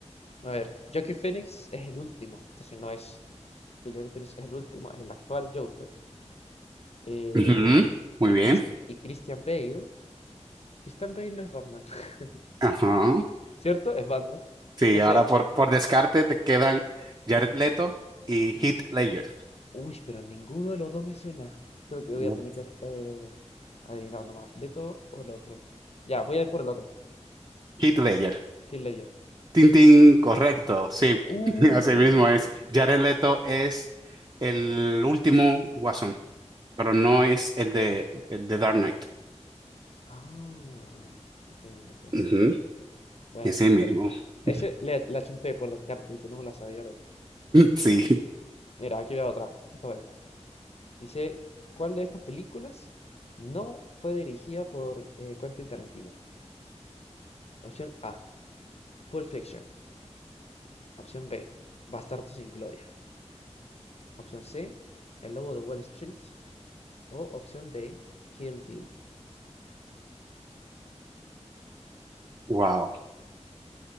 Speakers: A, on the left; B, on the right.
A: A ver, Joaquin Phoenix es el último, entonces no es que Joaquin Phoenix es el último, es el actual Joker. Eh,
B: Ujú, Muy
A: y,
B: bien.
A: Chris- y Christian Bale, Christian Bale no es Batman, <laughs>
B: Ajá.
A: ¿cierto? Es Batman.
B: Sí,
A: Entonces,
B: ahora por, por descarte te quedan Jared Leto y Heath Ledger.
A: Uy, pero ninguno de los dos me suena. Creo que voy
B: Mm.
A: a tener que eh, adivinar nomás. ¿Leto o el otro? Ya, voy a ir por el otro.
B: Heath Ledger.
A: Hitler.
B: Tintín, correcto. Sí,
A: Uh.
B: <laughs> así mismo es. Jared Leto es el último Guasón, pero no es el de, el de Dark Knight.
A: Ah, entiendo, entiendo,
B: Ujú,
A: entiendo. Bueno,
B: Ese mismo. <laughs>
A: ese le, la chunté por descarte, y que no me la sabía realmente.
B: Sí.
A: Mira, aquí veo otra. Esta está buena. Dice, ¿cuál de estas películas no fue dirigida por eh, Quentin Tarantino? Opción A, Pulp Fiction. Opción B, Bastardos sin Gloria. Opción C, El Lobo de Wall Street. O opción D, Kill Bill.
B: Wow.